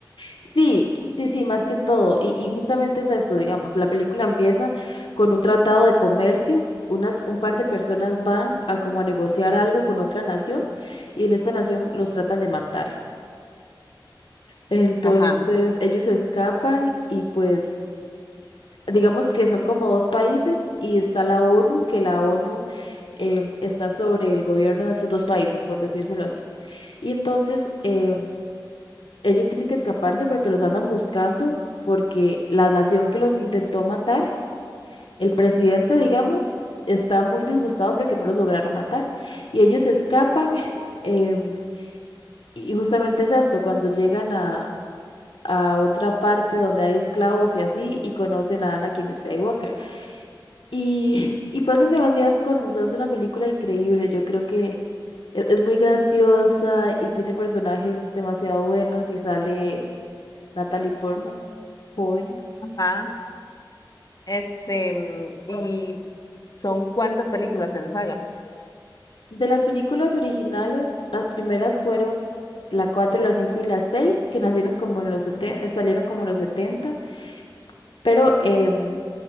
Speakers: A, on the left; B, on the left.
A: sí, sí, sí, más que todo. Y, y justamente es esto, digamos, la película empieza con un tratado de comercio. Unas, un par de personas van a como a negociar algo con otra nación y en esta nación los tratan de matar. Entonces
B: Ajá.
A: ellos escapan y pues digamos que son como dos países y está la ONU, que la ONU eh, está sobre el gobierno de estos dos países, por decírselo así. Y entonces eh, ellos tienen que escaparse porque los andan buscando, porque la nación que los intentó matar, el presidente, digamos, está muy disgustado porque no los lograron matar. Y ellos se escapan. em, y justamente es esto, cuando llegan a, a otra parte donde hay esclavos y así, y conocen a Anakin Skywalker. Y, <laughs> y pasan demasiadas cosas. o sea, es una película increíble. Yo creo que... Es es muy graciosa y tiene personajes demasiado buenos y sale. Natalie Portman, joven.
B: Ajá. Este, mm, y son cuántas películas en la saga.
A: De las películas originales, las primeras fueron la 4, la 5 y la 6, que nacieron como en los 70, salieron como en los setenta. pero em,